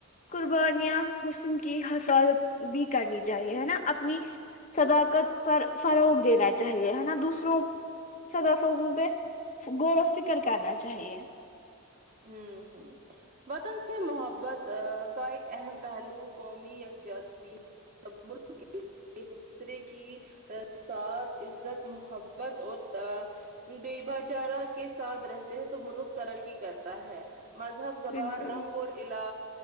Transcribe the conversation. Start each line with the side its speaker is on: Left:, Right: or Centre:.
Left: قربانیاں حسن کی حفاظت بھی کرنی چاہیے ہے نا اپنی صداقت
Right: ہاں
Left: پر فروغ دینا چاہیے ہے نا دوسروں صدا فوب غور و فکر کرنا چاہیے
Right: ہوں ہوں وطن سے محبت کا ایک اہم پہلو قومی یکجاات بھی ہے <inaudible> ایک دوسرے کی سات عزت محبت اور پ بے بھچارہ کے ساتھ رہتے ہیں تو ملوک ترقی کر تا ہے مذہب زبان
Left: بالکل
Right: رنگ اور علا